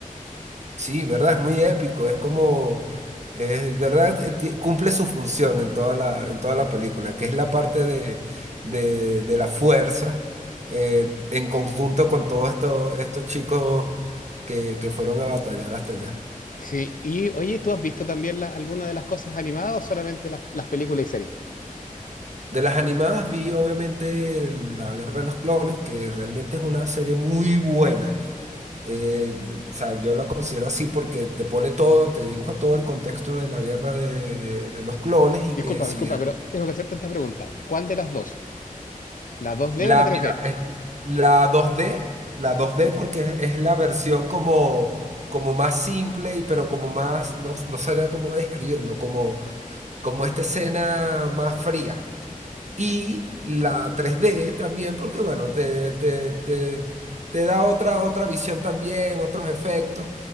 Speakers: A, on the right; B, on the left.
A: Sí, ¿verdad? Es muy épico, es como, es ¿verdad? eh, ti- Cumple su función en toda la, en toda la película, que es la parte de, de, de la fuerza eh, en conjunto con todos estos, estos chicos que, que fueron a batallar hasta allá.
B: Sí, y oye, ¿tú has visto también la- alguna de las cosas animadas o solamente las, las películas y series?
A: De las animadas vi obviamente el- La Guerra de los Clones, que realmente es una serie muy buena. Eh, o sea, yo la considero así porque te pone todo, te dibuja todo el contexto de la guerra de, de- de los clones y
B: Disculpa,
A: que si
B: disculpa, pero tengo que hacerte esta pregunta. ¿Cuál de las dos? ¿La 2D
A: La,
B: o la 3D?
A: mira, es- la 2D, la 2D porque es, es la versión como, como más simple y pero como más, no, no sabría cómo describirlo, como, como esta escena más fría. Y la 3D también porque, bueno, te, te, te, te da otra, otra visión también, otros efectos,